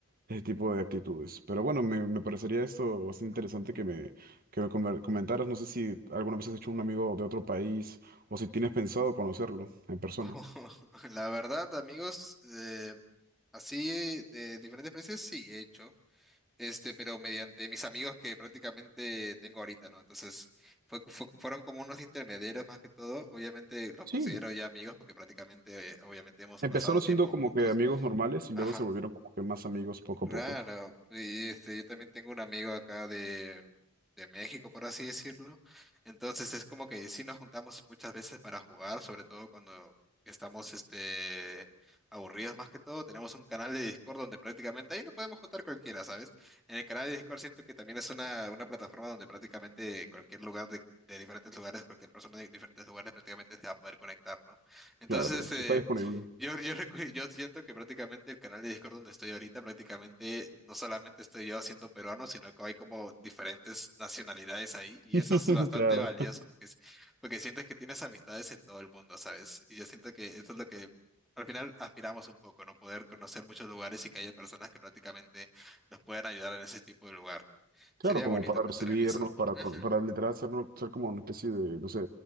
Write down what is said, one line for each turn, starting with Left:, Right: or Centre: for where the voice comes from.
Right: ese tipo de actitudes. Pero bueno, me, me parecería esto bastante interesante que me, que me comer- comentaras. No sé si alguna vez has hecho un amigo de otro país o si tienes pensado conocerlo en persona.
Centre: <laughs> La verdad, amigos, eh, así de diferentes países sí he hecho. este, pero mediante mis amigos que prácticamente tengo ahorita, ¿no? Entonces, fue, fue- fueron como unos intermediarios más que todo. Obviamente los
Right: sí
Centre: considero ya amigos porque prácticamente, eh, obviamente hemos
Right: Empezaron
Centre: pasado
Right: siendo
Centre: tiempo
Right: como
Centre: juntos.
Right: que amigos normales y luego
Centre: Ajá.
Right: se volvieron como que más amigos poco
Centre: Claro,
Right: a poco.
Centre: y este, yo también tengo un amigo acá de, de México, por así decirlo. Entonces es como que sí nos juntamos muchas veces para jugar, sobre todo cuando estamos este, aburridos más que todo. Tenemos un canal de Discord donde prácticamente ahí nos podemos juntar cualquiera, ¿sabes? En el canal de Discord siento que también es una, una plataforma donde prácticamente cualquier lugar de, de diferentes lugares, cualquier persona de diferentes lugares prácticamente se va a poder conectar, ¿no? Entonces,
Right: Claro, si
Centre: este...
Right: está disponible.
Centre: Yo, yo, recu- yo siento que prácticamente el canal de Discord donde estoy ahorita, prácticamente no solamente estoy yo haciendo peruano, sino que hay como diferentes nacionalidades ahí. Y
Right: <laughs>
Centre: eso es bastante
Right: Claro.
Centre: valioso porque, es- porque sientes que tienes amistades en todo el mundo, ¿sabes? Y yo siento que eso es lo que al final aspiramos un poco, ¿no? Poder conocer muchos lugares y que haya personas que prácticamente nos puedan ayudar en ese tipo de lugar, ¿no?
Right: Claro,
Centre: Sería
Right: como
Centre: bonito
Right: para
Centre: pensar
Right: recibirnos,
Centre: en eso.
Right: para, con-
Centre: Ujú.
Right: para literal hacernos- ser, como una especie de, no sé,